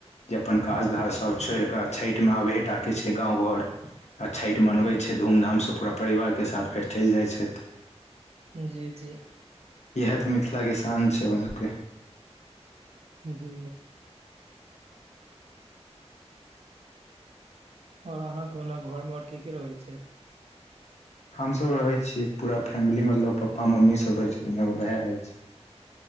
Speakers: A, on the left; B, on the right.
A: जे अपन
B: हँ
A: काज धाराज सभ छोड़ि कऽ छठिमे आबहे टाकै छै गाव घर आ छठि मनबै छै धूमधामसँ पूरा परिवारके साथ फेर चलि जाइ छथि।
B: जी जी।
A: इएह तऽ मिथिला के शान छैय अपन सभके
B: जी आओर अहाँकेँ ओना घरमे आओर के रहैय छथि
A: हम सभ रहे छियै पूरा फैमिली मतलब पपा मम्मी सभ रहे छथिन एगो भाय अछि